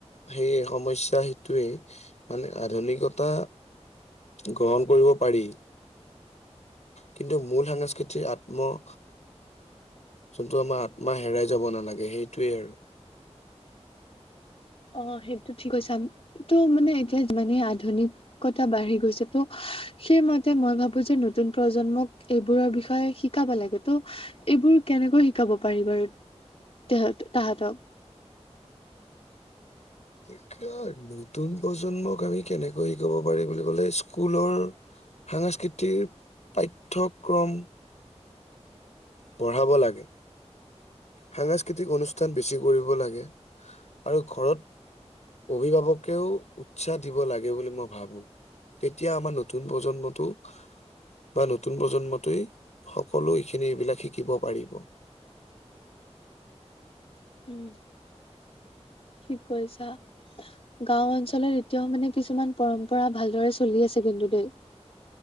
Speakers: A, on the left; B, on the left.
A: সেইয়ে সমস্যা সেইটোৱেই। মানে আধুনিকতা, গ্ৰহণ কৰিব পাৰি। কিন্তু মূল সাংস্কৃতিৰ আত্ম- যোনটো আমাৰ আত্মা হেৰাই যাব নালাগে সেইটোৱে আৰু।
B: অ সেইটো ঠিক কৈছা। এইটো মানে এতিয়া যিমানে আধুনিক, কতা বাঢ়ি গৈছে ত', সেইমতে মই ভাবো যে নতুন প্ৰজন্মক এইবোৰৰ বিষয়ে শিকাব লাগে। ত, এইবোৰ কেনেকৈ শিকাব পাৰি বাৰু তেহত তাহাঁতক?
A: এতিয়া নতুন প্ৰজন্মক আমি কেনেকৈ শিকাব পাৰি বুলি ক'লে স্কুলৰ, সাংস্কৃতিৰ পাঠ্যক্ৰম- পঢ়াব লাগে। সাংস্কৃতিক অনুষ্ঠান বেছি কৰিব লাগে। আৰু ঘৰত অভিভাৱকেও উৎসাহ দিব লাগে বুলি মই ভাবোঁ। তেতিয়া আমাৰ নতুন প্ৰজন্মটো- বা নতুন প্ৰজন্মটোই সকলো এইখিনি এইবিলাক শিকিব পাৰিব।
B: উম, ঠিক কৈছা। গাওঁ অঞ্চলত এতিয়াও মানে কিছুমান পৰম্পৰা ভালদৰে চলি আছে কিন্তু দেই।